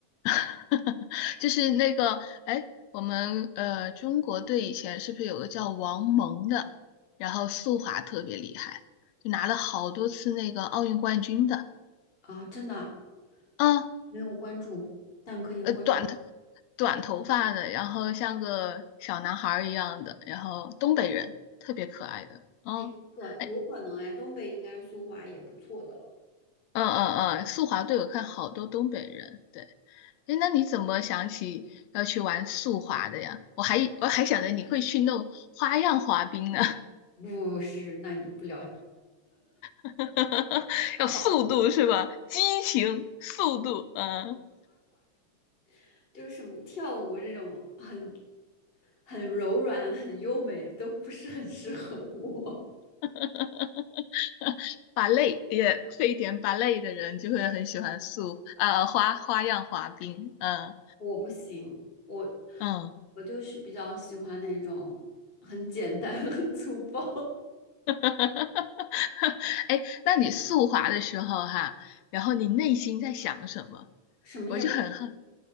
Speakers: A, on the left; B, on the left.
A: <laughs> 就是那个，哎，我们呃中国队以前是不是有个叫王蒙的，然后速滑特别厉害，就拿了好多次那个奥运冠军的。
B: 啊！真的啊
A: 啊，
B: 没有关注过但可以关注。
A: 呃，短的。短头发的，然后像个小男孩儿一样的，然后东北人，特别可爱的。哦，
B: 哎，可有可能哎，
A: 哎，
B: 东北应该速滑也不错的。
A: 嗯嗯嗯，速滑队我看好多东北人。对，哎，那你怎么想起要去玩速滑的呀？我还我还想着你会去弄花样滑冰呢，
B: 不是，那你不了解，
A: <laughs>
B: 啊
A: 要速度是吧？激情、速度，嗯，
B: <laughs> 就是什么跳舞这种很很柔软、很优美的都不是很适合我，
A: <laughs> 芭蕾也会一点芭蕾的人就会很喜欢速呃花花样滑冰，嗯。
B: 我不行，我
A: 嗯
B: 我就是比较喜欢那种很简单、<laughs> 很粗暴，
A: <laughs> 哈哈哈！哈哎，那你速滑的时候哈，然后你内心在想什么？
B: <laughs> 什么也。
A: 我就很好